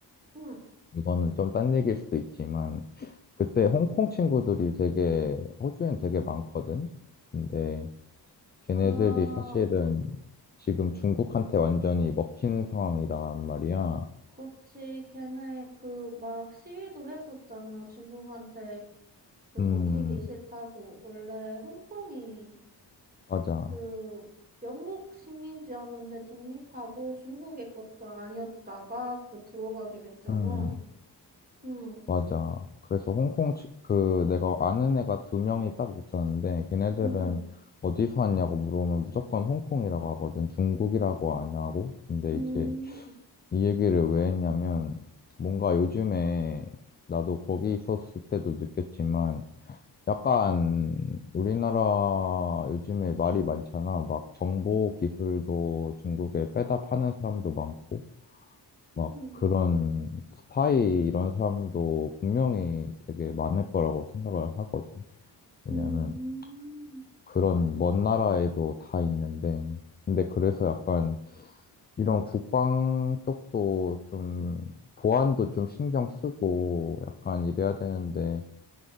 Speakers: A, on the right (about 20°); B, on the left (about 25°).
A: 응.
B: 이거는 좀 딴 얘기일 수도 있지만, 그때 홍콩 친구들이 되게, 호주엔 되게 많거든? 근데 걔네들이
A: 아,
B: 사실은 지금 중국한테 완전히 먹힌 상황이란 말이야.
A: 그치. 걔네 그 막 시위도 했었잖아. 중국한테 그 먹히기
B: 음,
A: 싫다고. 원래 홍콩이
B: 맞아.
A: 그 영국 식민지였는데 독립하고 중국의 것도 아니었다가 그 들어가게 됐잖아.
B: 음,
A: 응,
B: 맞아. 그래서 홍콩, 치- 그, 내가 아는 애가 두 명이 딱 있었는데, 걔네들은
A: 응,
B: 어디서 왔냐고 물어보면 무조건 홍콩이라고 하거든. 중국이라고 안 하고. 근데
A: 응.
B: 이제 이 얘기를 왜 했냐면, 뭔가 요즘에 나도 거기 있었을 때도 느꼈지만, 약간 우리나라 요즘에 말이 많잖아. 막 정보 기술도 중국에 빼다 파는 사람도 많고, 막
A: 응.
B: 그런 스파이 이런 사람도 분명히 되게 많을 거라고 생각을 하거든. 왜냐하면
A: 음,
B: 그런 먼 나라에도 다 있는데, 근데 그래서 약간 이런 국방 쪽도 좀 보안도 좀 신경 쓰고 약간 이래야 되는데,